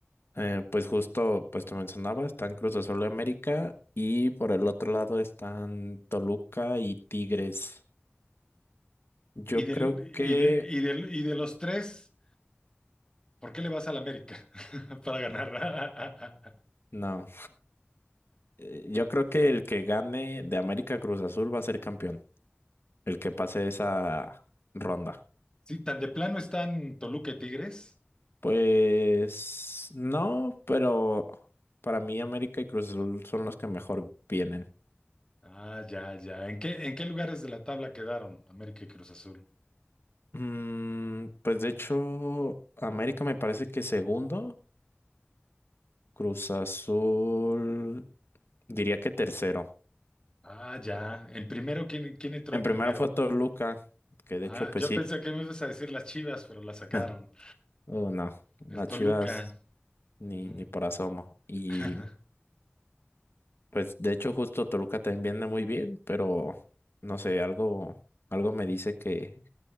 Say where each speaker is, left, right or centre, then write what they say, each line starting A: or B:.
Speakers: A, on the left; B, on the left.
A: Eh, pues justo, pues te mencionaba, están Cruz Azul de América y por el otro lado están Toluca y Tigres. Yo
B: Y del,
A: creo que,
B: y de, y del, y de los tres, ¿por qué le vas al América <laughs> para ganar? <laughs>
A: no, Eh, yo creo que el que gane de América Cruz Azul va a ser campeón. el que pase esa ronda.
B: Sí, tan de plano están Toluca y Tigres.
A: Pues no, pero para mí América y Cruz Azul son los que mejor vienen.
B: Ah, ya, ya. ¿En qué, en qué lugares de la tabla quedaron América y Cruz Azul?
A: Mm, pues de hecho, América me parece que segundo, Cruz Azul diría que tercero.
B: Ah, ya. En primero, ¿quién, quién entró
A: En
B: en
A: primero
B: primero?
A: fue Toluca, que de
B: Ah,
A: hecho pues
B: yo
A: sí.
B: pensé que me ibas a decir las Chivas, pero la sacaron.
A: <laughs> Oh, no,
B: El
A: las
B: Toluca.
A: Chivas ni,
B: Ujú.
A: ni por asomo. Y
B: <laughs>
A: Pues de hecho justo Toluca también viene muy bien, pero no sé, algo, algo me dice que,